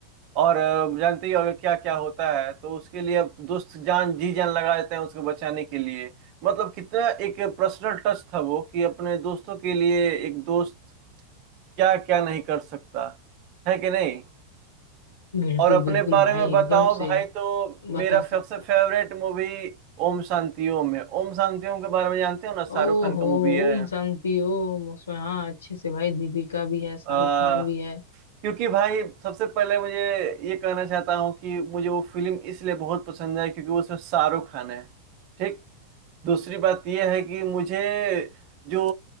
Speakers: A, on the right; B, on the left.
A: और अ, जानते ही होगे क्या क्या होता है तो उसके लिए अब दोस्त जान जी जान लगा देते हैं उसको बचाने के लिए मतलब कितना एक पर्सनल टच था वो कि अपने दोस्तों के लिए एक दोस्त क्या क्या नहीं कर सकता है कि नहीं
B: बिल्कुल
A: और अपने
B: बिल्कुल
A: बारे
B: भाई
A: में बताओ
B: एकदम
A: भाई
B: से
A: तो
B: बता
A: मेरा
B: सकता
A: सबसे फेवरेट
B: है
A: मूवी ओम शांति ओम है ओम शांति ओम के बारे में जानते हो ना शाहरुख
B: ओहो
A: खान का मूवी है
B: ओम शांति ओम उसमें हाँ अच्छे से भाई दीपिका भी है शाहरुख
A: आ,
B: खान भी है
A: क्योंकि भाई सबसे पहले मुझे ये कहना चाहता हूँ कि मुझे वो फिल्म इसलिए बहुत पसंद है क्योंकि उसमें शाहरुख खान है ठीक दूसरी बात यह है कि मुझे जो